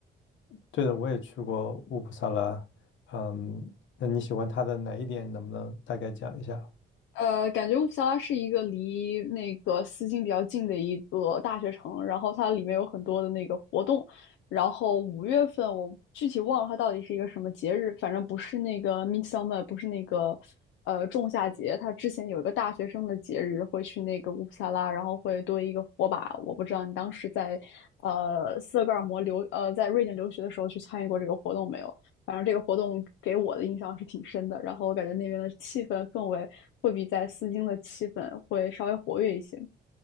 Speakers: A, on the left; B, on the left.
A: 对的，我也去过乌普萨拉。嗯，那你喜欢他的哪一点？能不能大概讲一下？
B: 呃，感觉乌普萨拉是一个离那个斯金比较近的一个大学城，然后它里面有很多的那个活动，然后五月份我具体忘了它到底是一个什么节日，反正不是那个 Midsummer，不是那个呃仲夏节，它之前有一个大学生的节日会去那个乌普萨拉，然后会堆一个火把，我不知道你当时在呃斯德哥尔摩留呃在瑞典留学的时候去参与过这个活动没有？反正这个活动给我的印象是挺深的，然后我感觉那边的气氛氛围会比在丝巾的气氛会稍微活跃一些。